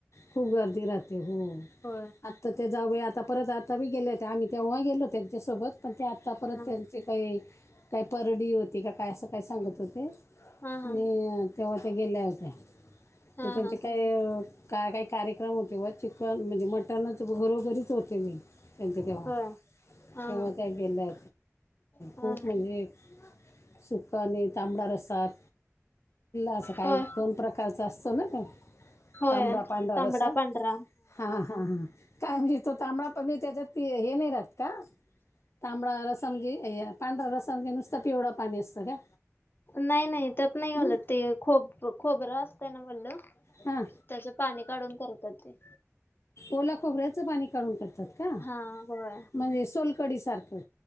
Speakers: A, on the left (about 60°); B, on the left (about 45°).
A: खूप गर्दी राहते हो
B: हो
A: तर ते जाऊ आता परत आता बी गेलेत आम्ही तेव्हा गेलो त्यांच्यासोबत पण ते आत्ता परत
B: हा
A: त्यांचे काही काही परडी होती का काय असं काही सांगत होते
B: हा
A: आणि
B: हा
A: तेव्हा त्या गेल्या होत्या
B: हा
A: ते त्यांचे
B: हा
A: काही काय काही कार्यक्रम होते व चिकन म्हणजे मटणच घरोघरीच होते मी त्यांच्या तेव्हा
B: होय हा
A: तेव्हा
B: हा
A: ते गेले
B: हा
A: खूप म्हणजे सुका आणि तांबडा रसतात असं काही
B: होय
A: दोन प्रकार कायच असतं ना का
B: होय
A: तांबडा पांढर
B: तांबडा
A: अस हा
B: पांढरा
A: हा हा काय म्ह तो तांबडा पण मी त्याच्यात ते हे नाही राहत का तांबडा रसम घी पांढरा रसाे नुसतं पिवडं पाणी असतं का
B: नाही नाही त्यात नाही घालत
A: हं?
B: ते खोब खोब असत त्यांना म्हणल
A: हां
B: त्याच पाणी काढून करतात ते
A: ओला खोबऱ्याचं पाणी काढून करतात का
B: हा होय
A: म्हणजे सोलकडी सारखं